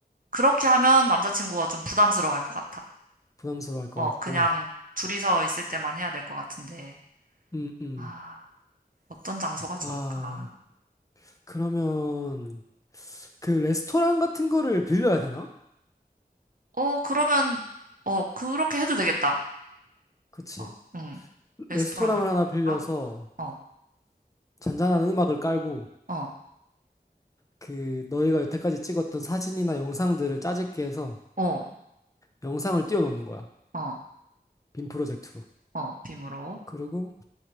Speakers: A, on the right (about 55°); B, on the left (about 20°).
A: 그렇게 하면 남자친구가 좀 부담스러워할 것 같아.
B: 부담스러워할 것
A: 어,
B: 같고.
A: 그냥 둘이서 있을 때만 해야 될 것 같은데,
B: 음, 음.
A: 아, 어떤 장소가 좋을까?
B: 아. 그러면 그 레스토랑 같은 거를 빌려야 되나?
A: 어, 그러면, 어, 그렇게 해도 되겠다.
B: 그치.
A: 어, 응. 레스토랑을
B: 레스토랑을 하나
A: 빌릴까?
B: 빌려서
A: 어,
B: 잔잔한 음악을 깔고
A: 어,
B: 그 너희가 여태까지 찍었던 사진이나 영상들을 짜집게 해서
A: 어,
B: 영상을 띄워놓는 거야.
A: 어,
B: 빔 프로젝트로.
A: 어, 빔으로.
B: 그리고